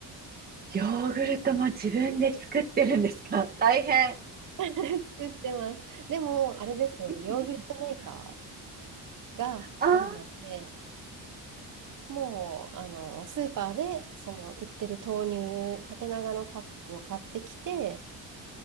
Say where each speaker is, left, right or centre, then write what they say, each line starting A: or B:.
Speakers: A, on the right (about 20°); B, on the right (about 50°).
A: ヨーグルトも自分で作ってるんですか大変。
B: <laughs> 作ってます。でも、あれですよ、
A: うんうん
B: ヨーグルトメーカーがあるので、
A: ああ、
B: もう、あの、スーパーで、その、売ってる豆乳、縦長のパックを買ってきて、